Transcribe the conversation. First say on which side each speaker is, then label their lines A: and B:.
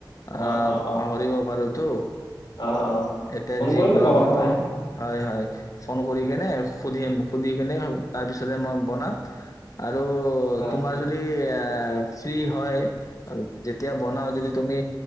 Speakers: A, on the left; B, on the left.
A: আহ
B: অ অ অ
A: পাহৰিব পাৰো তৌ
B: অ', অ'।
A: এতিয়া
B: ফোন
A: যি
B: কৰি
A: কলা
B: ল'বা কথা
A: মই পাহ,
B: নাই
A: হয় হয়। ফোন কৰি কেনে সুধিম। সুধি কিনে তাৰ পিছতে মই বনাম আৰু
B: অ
A: তোমাৰ যদি অ্ এ ফ্ৰী হয়। অ, যেতিয়া বনাও, যদি তুমি